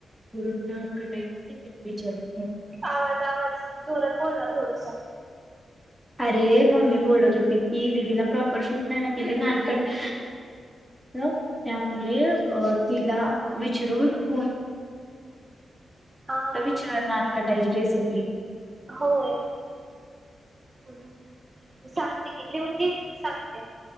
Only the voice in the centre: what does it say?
पूरणार कानाही <inaudible>
अरे मम्मी बोलत होती की दिदी ला प्रॉपर शूट नाही ना केले नानकट त्यामुळे अ तिला विचरून फोन
त
विचार णानकटायची रेसिपी.